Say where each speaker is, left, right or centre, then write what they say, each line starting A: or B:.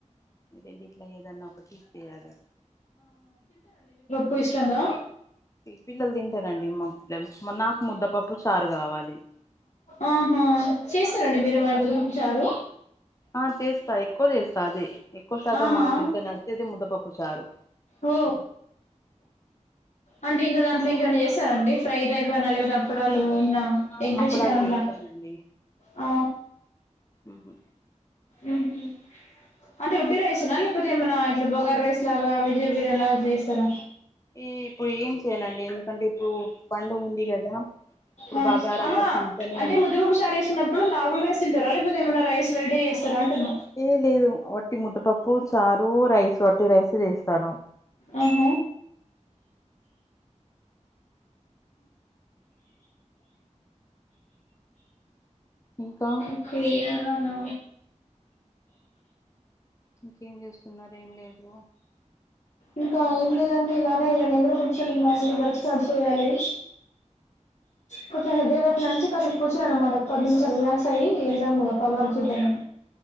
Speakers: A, on the left; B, on the left.
A: ఈ రెండిట్లో ఏదైనా ఒకటి చేయాలి
B: పోయిస్స్ట్రాంగ్గా
A: పిల్లలు తింటారండి మా పిల్లలు నాకు ముద్దపప్పు చారు కావాలి
B: ఆహా చేస్తారండి మీరు వళదింపూచారు
A: ఆ చేస్తా ఎక్కువ చేస్తా అదే ఎక్కువ శాతం
B: ఆహా
A: మం కించ నడిచేదే అదే ముద్దపప్పుచారు
B: ఓ అన్ టె ఇంక దాంట్లో ఇంకమనా చేశారండి ఫ్రైడ్ టైప్ అయిన లేకపోతే అప్పడాలు
A: ఆ
B: ఎగ్
A: అప్పడాలు
B: చికెన్ అట్ల
A: చేస్తానండి
B: ఆ
A: ఉహు
B: ఉ హు అంటే ఒట్టి రైస్నా లేకపోతే ఏమైనా ఇట్లా బగార రైస్ లాగా వెజి బిర్యానీ లాగా ఇట్లా చేస్తారా
A: ఏ ఇప్పుడు ఏం చెయలండి ఎందుకంటే ఇప్పుడు పండుగ ఉంది కదా ఇప్పుడు
B: ఆ
A: బగారంగా
B: ఆహా
A: తింటనే
B: అంటే ముద్ద పప్పు షారు చేస్తున్నప్పుడు నార్మల్ రైస్ తింటార లేక్ పోతే ఏమైన్నా రైస్ వెరైటీ చేస్తారా అంటున్నా
A: ఏ లేదు వట్టి ముద్దపప్పు చారు రైస్ వట్టి రైస్ చేస్తాను
B: ఆహ
A: ఇంకా
B: ఒకే అలానా
A: ఇంకేం చేస్తున్నారు ఏం లేదు
B: ఇంకా ఏం లేదంటే ఇలానే ఇగ నెన్ కూడ కూర్చుని ఉన్న ఇది వర్క్ స్టార్ట్ చేయాలి కొంచం హెడేక్ అట్ల ఉంటే కాసేపు కూర్చున్న అనమాట కాసేపు రిలాక్స్ అయి చేద్దాం ఇగ వర్క్ చేద్దాం